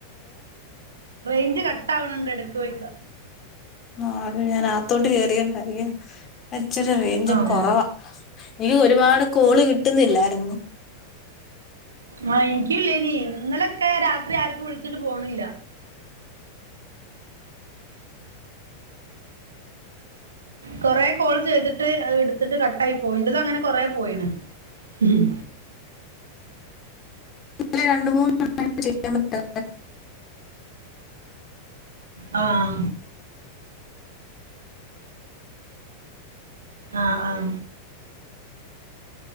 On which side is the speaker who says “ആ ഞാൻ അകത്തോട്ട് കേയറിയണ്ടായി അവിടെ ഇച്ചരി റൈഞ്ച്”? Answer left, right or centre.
Left